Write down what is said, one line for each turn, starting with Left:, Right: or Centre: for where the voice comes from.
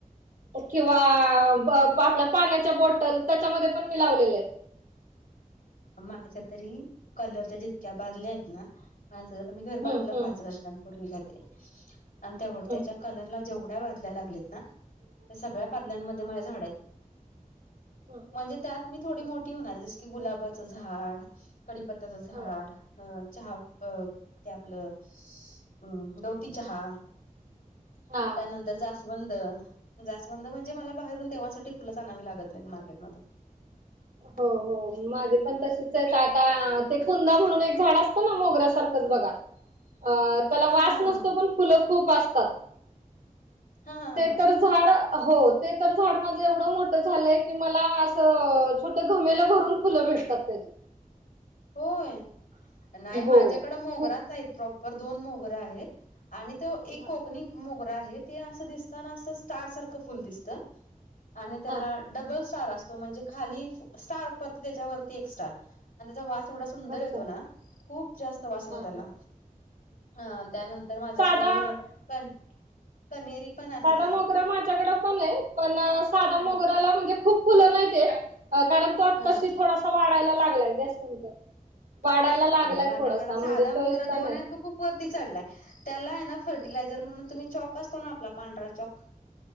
Right: किंवा.. आपल्या पाण्याच्या बॉटल त्याच्यामध्ये पण मी लावलेले आहेत.
Left: माझ्याच्या तरी कलरच्या जितक्या बादल्या आहेत ना.. माझ आता मी घर बांधलं
Right: हम्म हम्म
Left: पाच वर्षांपूर्वी काय तरी.. आणि तेव्हाड
Right: हम्म
Left: त्याच्या... कलरला जेवढ्या बादल्या लागल्यात ना. त्या सगळ्या बादल्यानमध्ये माझ्या झाड आहेत.
Right: हम्म.
Left: म्हणजे त्यात मी थोडी मोठी होणार. जस की गुलाबा.... च झाड, कडीपत्याच झाड,
Right: हो
Left: अ.. चहा अ.. ते.. आपल... अ... गवती चहा.
Right: हा.
Left: त्यानंतर जास.. वंद.. जास्वंद म्हणजे मला बाहेरून देवांसाठी फुलं आणावी लागत नाहीत मार्केट मधुन. <inaudible>
Right: हो -हो माझे पण तसेच आहेत आता.. ते कुंदा म्हणून एक झाड असतं ना मोगऱ्यासारखंच बघा... अ..... त्याला
Left: हा हा
Right: वास
Left: हा
Right: नसतो
Left: हा
Right: पण फुलं खूप असतात.
Left: हा हा हा
Right: ते
Left: हा
Right: तर.. झाड हो. ते तर झाड माझ एवढ मोठ झालंय की मलाआस.. अ.. छोट गमेल भरून फुलं भेटतात त्याची..
Left: होय. नाही
Right: हो
Left: माझ्याकड मोगराच
Right: खूप
Left: आहेत प्रॉपर दोन मोगरा आहेत. आणि तो एक
Right: हा
Left: कोकणी.. मोगरा आहे. ते असं दिसत ना असं स्टार सारखं फुल दिसत आणि त्याला..
Right: हा
Left: डबल स्टार असतो म्हणजे खाली स्टार पर त्याच्यावरती एक स्टार आणि त्याचा वास... तेवढा सुंदर
Right: अच्छा
Left: येतो ना, खूप जास्त वास त्याला,
Right: हा हा
Left: हा त्यानंतर तर माझ्याकडे,
Right: साधा
Left: कन कनेरी पण आहे
Right: साधा मोगरा माझ्याकडे पण आहे. पणं साधा
Left: ह
Right: मोगऱ्याला म्हणजे खूप फुलं नाहीत येतं. कारण तो आताशी
Left: ह
Right: थोडासा वाढायला लागलाय. गॅस कमी कर. वाढायला लागलाय
Left: नाही माझ्याकडं
Right: थोडासा म्हणजे
Left: साधा मोगरा
Right: तो इतका
Left: दोन
Right: नाही.
Left: आहे आणि तो खूप वरती चढलाय, त्याला आहे ना, फर्टिलायझर
Right: हं.
Left: म्हणून तुम्ही चॉक असतो ना, आपला पांढरा चॉक <inaudible>